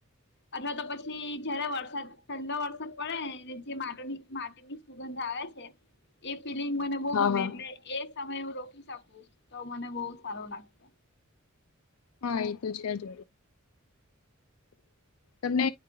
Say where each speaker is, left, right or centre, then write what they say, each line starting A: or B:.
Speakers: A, on the left; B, on the left.
A: અથવા તો પછી જયારે વરસાદ ઠંડો વરસાદ પડે જે માટ માટીની સુગંધ આવે છે, એ ફિલિંગ મને બહુ
B: હા
A: ગમે
B: હા.
A: એટલે એ સમયે હું રોકી શકું તો મને બહુ સારો લાગશે.
B: હા એ તો છે જ. તમને